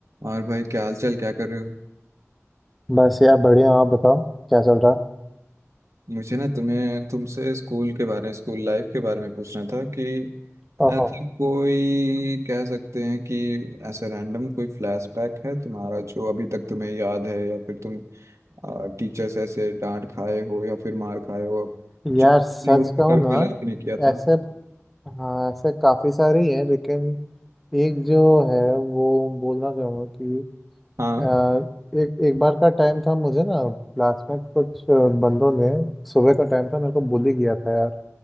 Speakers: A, on the right; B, in the centre.
A: और भाई क्या हाल चाल क्या कर रहे हो
B: बस यार बढ़िया हूँ। आप बताओ क्या चल रहा है
A: मुझे ना तुम्हें तुमसे स्कूल के बारे में स्कूल लाइफ के बारे में पूछना था कि
B: ओहो
A: ऐसी कोई कह सकते हैं कि ऐसा रैंडम कोई फ्लैशबैक है तुम्हारा जो अभी तक तुम्हें याद है या फिर तुम टीचर्स ऐसे डांट खाए हो या फिर मार खाए हो
B: यार
A: जो तुमने
B: सच
A: उस
B: कहूँ
A: पे कभी
B: ना
A: गलत भी नहीं किया था
B: ऐसे हाँ ऐसे काफ़ी सारे ही हैं लेकिन एक जो है वो बोलना चाहूँगा कि
A: हाँ
B: आ, एक एक बार का टाइम था मुझे ना क्लास में कुछ आ, बंदों ने सुबह का टाइम था मेरे को bully किया था यार